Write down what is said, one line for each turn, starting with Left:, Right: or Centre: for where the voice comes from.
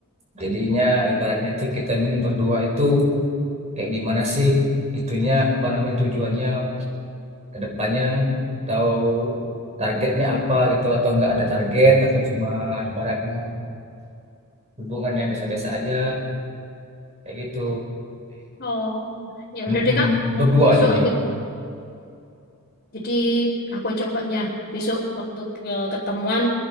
Right: jadinya ibaratnya itu kita ini berdua itu kayak gimana sih itunya apa namanya tujuannya ke depannya atau targetnya apa gitu atau enggak ada target atau cuma ibaratnya hubungan yang biasa-biasa aja kayak gitu.
Left: oh ya udah
Right: Mm-mm.
Left: deh kak nanti
Right: Berdua
Left: besok
Right: jadi
Left: aku Jadi aku cobanya besok waktu ke ketemuan.